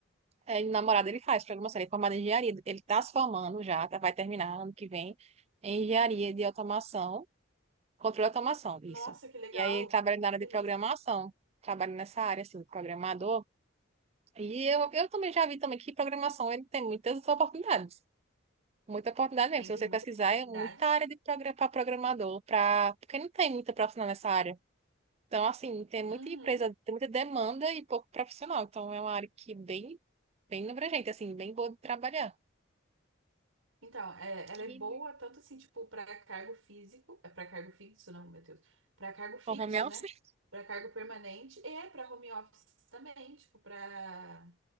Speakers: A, on the right; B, on the right.
A: é, namorado, ele faz programação, ele é formado em engenharia. Ele tá se formando já, tá- vai terminar ano que vem em engenharia de automação. Controle de automação, isso.
B: Nossa, que legal.
A: E aí ele trabalha na
B: Que
A: área
B: delícia.
A: de programação, trabalha nessa área, assim, de programador. E eu, eu também já vi também que programação ele tem muitas oportunidades. Muita oportunidade mesmo.
B: Tem
A: Se
B: tem
A: você
B: muitas
A: pesquisar,
B: oportunidades.
A: é muita área de progra para programador, pra... porque não tem muita profissional nessa área. Então, assim, tem muita
B: Uhum.
A: empresa, tem muita demanda e pouco profissional. Então, é uma área que bem, bem abrangente, assim, bem boa de trabalhar.
B: Então, é- ela
A: E
B: é boa tanto assim, tipo, para cargo físico, é para cargo fixo, não, meu Deus, para cargo fixo,
A: com home office,
B: né? Para cargo permanente e é para home office também, tipo, para